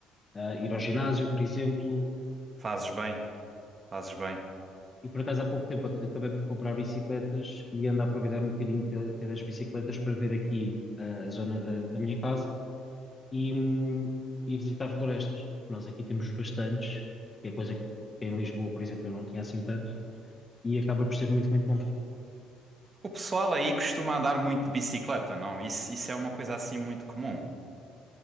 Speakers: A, on the left; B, on the right.
A: ah, ir ao ginásio, por exemplo.
B: Fazes bem, fazes bem.
A: E por acaso há pouco tempo ac- acabei por comprar bicicletas e ando a aproveitar um bocadinho ter, ter as bicicletas para ver aqui ah, a zona da, da minha casa e, hum, e visitar florestas. Nós aqui temos bastantes, que é coisa que em Lisboa, por exemplo, eu não tinha assim tanto, e acaba por ser muito, muito bom.
B: O pessoal aí costuma andar muito de bicicleta, não? Isso, isso é uma coisa assim muito comum,